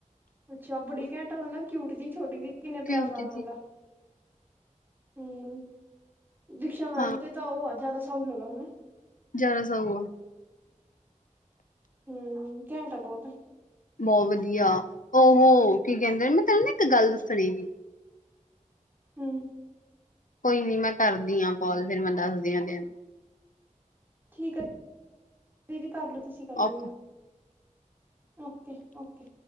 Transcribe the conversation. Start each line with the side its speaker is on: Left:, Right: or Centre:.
Right: ਅੱਛਾ ਬੜੀ ਘੈਂਟਾ ਹਨਾ ਕਿਊਟ ਜੀ ਛੋਟੀ ਜਿ ਕਿੰਨੇ
Left: ਕੀ
Right: ਪਿਆਰ ਨਾਲ
Left: ਜੀ
Right: ਬੋਲਾ ਹਮ ਦੀਕਸ਼ਾ ਮੈਡਮ
Left: ਹਾਂ
Right: ਤੇ ਤਾਂ ਉਹ ਜ਼ਿਆਦਾ ਸਾਉ ਹਨਾ।
Left: ਜਿਆਦਾ ਸਾਉ ਆ
Right: ਹਮ ਕੈਟ ਤਾਂ ਬਹੁਤਾ।
Left: ਬਹੁਤ ਵਧੀਆ ਹੋ
Right: ਹੂੰ
Left: ਕੀ ਕਹਿੰਦੇ ਮੈਂ ਤੈਨੂੰ ਨਾ ਇੱਕ ਗੱਲ ਦੱਸਣੀਗੀ।
Right: ਹਮ ਅ।
Left: ਕੋਈ ਨੀ ਮੈਂ ਕਰਦੀ ਹਾਂ ਕਾਲ ਫੇਰ ਮੈਂ ਦੱਸਦੀ ਹ ਦਿਨ।
Right: ਠੀਕ ਆ ਦੀ। ਕਰ ਲਓ ਤੁਸੀਂ ਕਰਲਓ
Left: ਓਕੇ
Right: ਹੁਣ ਓਕੇ ਓਕੇ।